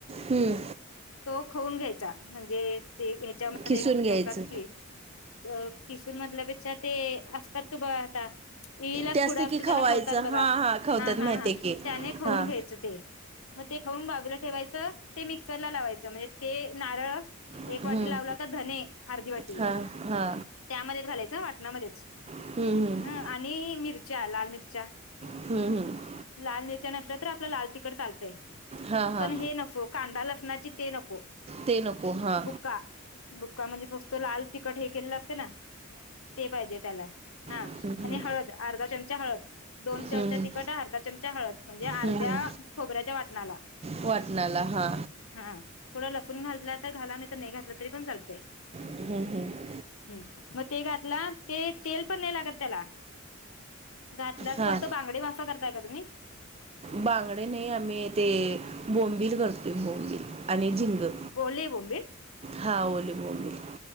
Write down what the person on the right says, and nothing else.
हम्म.
खिसून
घ्यायचं
ते असते
की
खवायचं
हा खवतात
माहितीय
की
हा
हम्म
हा हा
हम्म हम्म.
हम्म हम्म.
हा हा
ते नको हा
हम्म
हम्म
हम्म
वाटणाला हा.
हम्म हम्म.
हा
बांगडे नाही, आम्ही ते बोंबिल करतो बोंबिल. आणि झिंगं.
हा ओले बोंबील.